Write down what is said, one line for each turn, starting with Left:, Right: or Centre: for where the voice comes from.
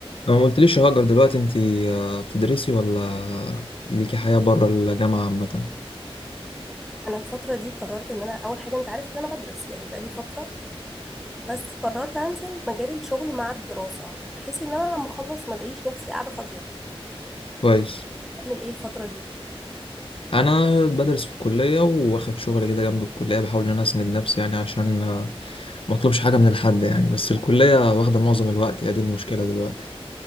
Left: لو ما قلتليش يا هاجر دلوقتي انت آه، بتدرسي ولا ليكي حياة بره الجامعة عامة
Centre: انا الفتره دي قررت ان انا اول حاجه انت عارف ان انا بدرس يعني بقالي فتره بس قررت انزل مجال الشغل مع الدراسه بحيث ان انا لما اخلص ما الاقيش نفسي قاعده فاضيه
Left: كويس
Centre: اعمل ايه الفتره دي
Left: انا بدرس في الكلية واخد شغل كده جنب الكلية بحاول ان انا اسند نفسي يعني عشان آه، ما اطلبش حاجة من الحد يعني بس الكلية واخدة معظم الوقت هي دي المشكلة دلوقتي